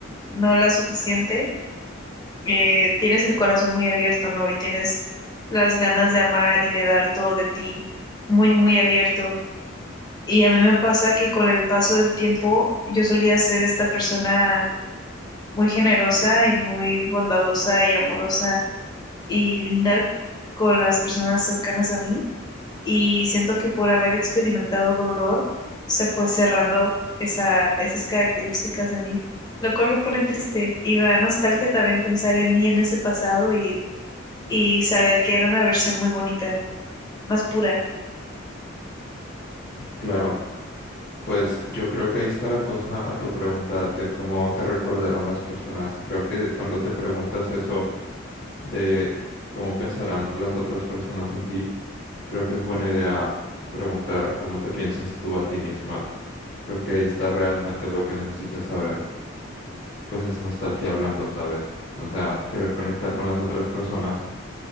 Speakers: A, on the left; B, on the left.
A: no la suficiente, eh, tienes el corazón muy abierto, ¿no? Y tienes las ganas de amar y de dar todo de ti muy, muy abierto. Y a mí me pasa que con el paso del tiempo yo solía ser esta persona muy generosa y muy bondadosa y amorosa y linda con las personas cercanas a mí y siento que por haber experimentado dolor se fue cerrando esa, esas características de mí, lo cual me pone triste y me da nostalgia también pensar en mí en ese pasado y, y saber que era una versión muy bonita, más pura.
B: claro. Pues yo creo que ahí está la cosa a tu pregunta de cómo te recordarán las personas. Creo que cuando te preguntas eso de cómo pensarán las otras personas en ti, creo que es buena idea preguntar cómo te piensas tú a ti misma, porque ahí está realmente lo que necesitas saber. Pues es nostalgia hablando, ¿sabes? O sea, querer conectar con las otras personas,